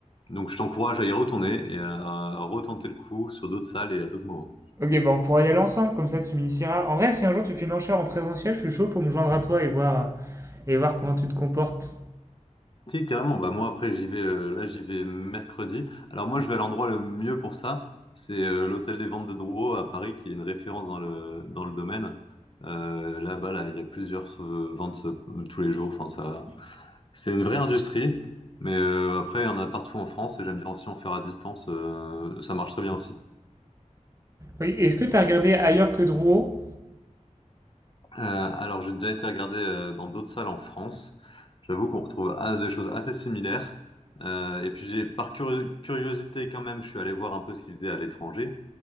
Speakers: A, on the left (about 40°); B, on the right (about 25°).
A: Donc, je t'encourage à y retourner et à retenter le coup sur d'autres salles et à d'autres moments.
B: Ok, bah on pourra y aller ensemble, comme ça tu m'initieras. En vrai, si un jour tu fais une enchère en présentiel, je suis chaud pour me joindre à toi et voir, euh, et voir comment tu te comportes.
A: Ok, carrément. Bah moi après j'y vais euh, là j'y vais mercredi. Alors moi je vais à l'endroit le mieux pour ça, c'est euh, l'hôtel des ventes de Drouot à Paris qui est une référence dans le dans le domaine. Euh, là-bas là il y a plusieurs euh, ventes euh, tous les jours. Enfin ça c'est une vraie industrie, mais euh, après il y en a partout en France et j'aime bien aussi en faire à distance. euh, ça marche très bien aussi.
B: Oui, est-ce que t'as regardé ailleurs que Drouot?
A: Euh, alors, j'ai déjà été regardé euh, dans d'autres salles en France. J'avoue qu'on retrouve ah, des choses assez similaires. Euh, et puis, j'ai, par curi- curiosité quand même, je suis allé voir un peu ce qu'ils faisaient à l'étranger.